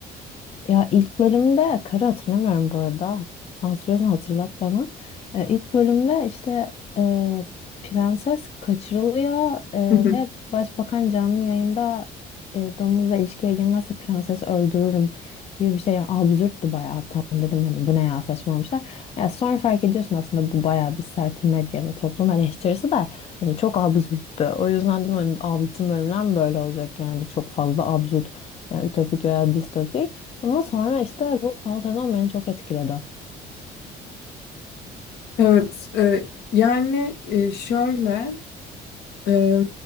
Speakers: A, on the left; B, on the left.
A: Ya ilk bölümde karı hatırlamıyorum bu arada. Hatırlıyorsan hatırlat bana. Ee, ilk bölümde işte e, prenses kaçırılıyor e,
B: <laughs>
A: ve başbakan canlı yayında e, domuzla ilişkiye girmezse prensesi öldürürüm gibi bir şey. Yani absürttü bayağı. Tamam dedim hani bu ne ya saçmalamışlar. Ya sonra fark ediyorsun aslında bu bayağı bir sert medya ve toplum eleştirisi de hani çok absürttü. O yüzden dedim hani, "Aa, bütün bölümler mi böyle olacak yani çok fazla absürt yani ütopik veya distopik. Ama sonra işte bu son sezon beni çok etkiledi.
B: Evet, e, yani e, şöyle Eee,